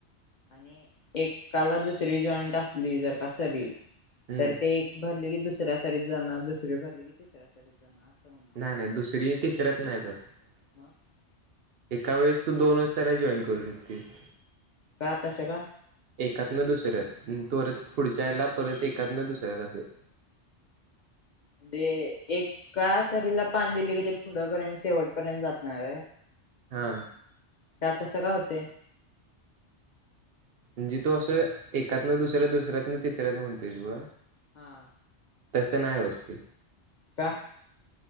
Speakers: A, on the left (about 50°); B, on the right (about 60°).
A: आणि एकाला दुसरी जॉईंट असली जर का सरी
B: हम्म
A: तर ते एक भरले की दुसऱ्या सारीत जाणार दुसरी भरली की तिसऱ्या सारीत जाणार होणार
B: नाही
A: ना
B: नाही दुसरी तिसऱ्यात नाही जात
A: मग
B: <inaudible> एका वेळेस तू दोन वाज त्याला जॉईन करू शकतेस,
A: का तस का
B: एकातन दुसऱ्यात तत पुढच्या याला परत एकातन दुसऱ्यात असं <inaudible>
A: ते एका सरीला पान दिले कि ते पुढपर्यंत शेवटपर्यंत जात नाही
B: हा,
A: का तसं का होते.
B: म्हणजे तो असं एकात ना दुसऱ्या दुसऱ्यात ना तिसऱ्यात म्हणतोयस ब
A: हा,
B: तसं नाही होत ती,
A: का?